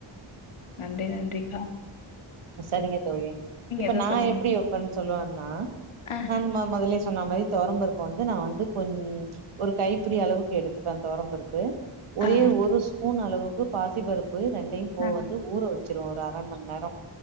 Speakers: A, on the left (about 85°); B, on the right (about 80°).
A: நன்றி நன்றி கா
B: சரிங்க தோழி இப்ப
A: எதோ
B: நா
A: சொல்றீங்க
B: எப்டி வெப்பன்னு சொல்லுவன்னா
A: அ
B: நா மா மொதலே சொன்ன மாரி தோரம் பருப்ப வந்து நா வந்து கொஞ் ஒரு கைப்பபிடி அளவுக்கு எடுத்துப்ப தோரம் பருப்பு ஒரே
A: ஆ
B: ஒரு ஸ்பூன் அளவுக்கு பாசி பருப்பு ரெண்டையு போ
A: அ
B: வந்து ஊற வச்சிருவோ ஒரு அர மண் நேரோ